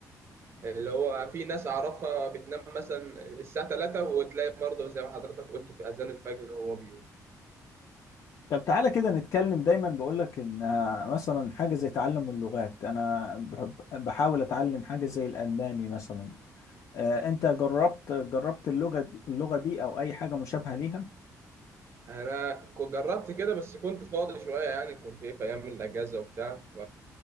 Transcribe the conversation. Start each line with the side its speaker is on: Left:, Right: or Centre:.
Right: اللي هو في ناس أعرفها بتنام مثلا الساعة 3 وتلاقي برضه زي ما حضرتك قلت في أذان الفجر وهو بيقوم
Left: طب تعالى كده نتكلم دايما بقول لك ان آه، مثلا حاجه زي تعلم اللغات انا بح- بحاول اتعلم حاجه زي الالماني مثلا آه، انت جربت جربت اللغه دي- اللغه دي او اي حاجه مشابهه ليها
Right: انا كو- جربت كده بس كنت فاضي شويه يعني كنت ايه في ايام الاجازه وبتاع